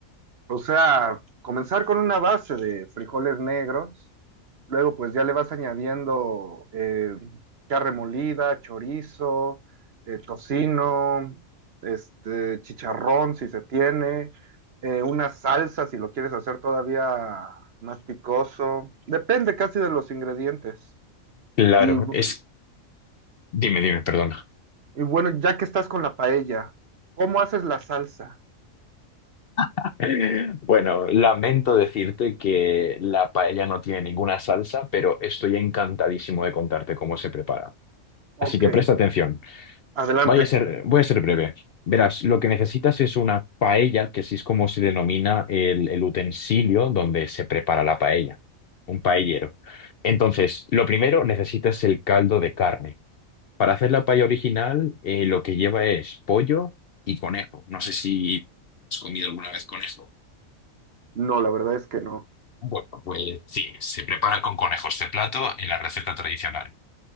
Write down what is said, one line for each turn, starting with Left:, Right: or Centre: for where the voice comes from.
Right: O sea, comenzar con una base de frijoles negros, luego pues ya le vas añadiendo eh, carne molida, chorizo, eh, tocino, este, chicharrón si se tiene, eh, una salsa si lo quieres hacer todavía más picoso. Depende casi de los ingredientes.
Left: Claro,
Right: Y, bu-
Left: es... Dime, dime, perdona.
Right: y bueno, ya que estás con la paella, ¿cómo haces la salsa?
Left: <laughs> Bueno, lamento decirte que la paella no tiene ninguna salsa, pero estoy encantadísimo de contarte cómo se prepara.
Right: Ok,
Left: Así que presta atención.
Right: adelante.
Left: Voy a ser, voy a ser breve. Verás, lo que necesitas es una paella, que así es como se denomina el, el utensilio donde se prepara la paella, un paellero. Entonces, lo primero necesitas el caldo de carne. Para hacer la paella original, eh, lo que lleva es pollo y conejo. No sé si has comido alguna vez conejo.
Right: No, la verdad es que no.
Left: Bueno, pues sí, se prepara con conejos de plato en la receta tradicional.